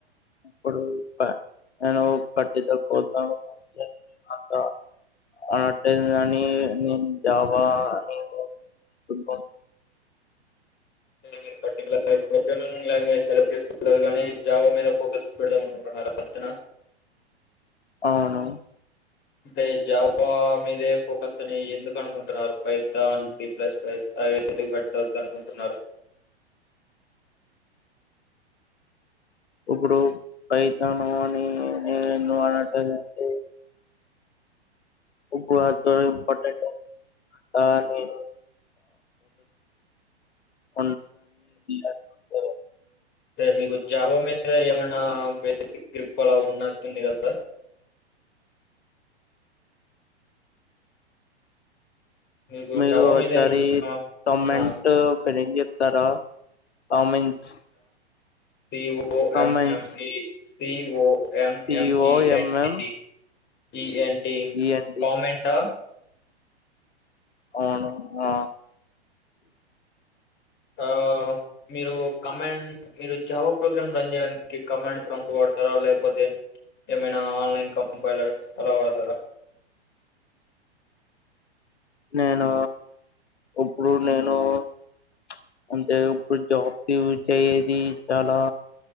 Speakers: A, on the left; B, on the left.
A: ఇప్పుడు ప నేను పట్టితో పోతా <unintelligible> అన్నట్టు గాని నేను జావా నేను ఫు
B: మీరు పర్టికులర్ ప్రోగ్రామింగ్ లాంగ్వేజ్ సెలెక్ట్ చేసుకోలేదు కానీ జావ మీద ఫోకస్ పెడదాం అనుకుంటున్నారు అంతే నా
A: అవును
B: అంటే జావా మీదే ఫోకస్ అని ఎందుకు అనుకుంటున్నారు పైథాన్ సి ప్లస్ ప్లస్ అవి ఎందుకు పెట్టవద్దు అనుకుంటున్నారు
A: ఇప్పుడు పైతాను అని నేను ఆట <unintelligible> ఉబ్బు ఆతో ఇంపార్టెంట్ ఆ నేను <unintelligible> అనుకుంటున్నాను.
B: తే మీకు జావా మే అదే ఏమన్నా బేసిక్ గ్రిప్ అలా ఉన్నట్టుంది కదా మీకు
A: మీరు
B: జావా
A: ఓసారి
B: మీద ఏమైనా
A: తొమెంట్
B: ఆ,
A: ఫీన్నింగ్ చెప్ తార comments
B: T O O
A: comments
B: MME P O M
A: COMM
B: M E MTT E N
A: ENT
B: comment ఆ
A: అవును ఆ
B: ఆ మీరు కామెంట్ మీరు జవా ప్రోగ్రాం రన్ చేయడానికి కమాండ్ ప్రాంట్ వాడతార లేకపోతే ఏమైనా ఆన్లైన్ కంపైర్స్ అలా వాడతారా
A: నేను ఇప్పుడు నేను ఉచ్ అంటే ఇప్పుడు జాబ్స్ కి ఉచ్ అయ్యేది చాలా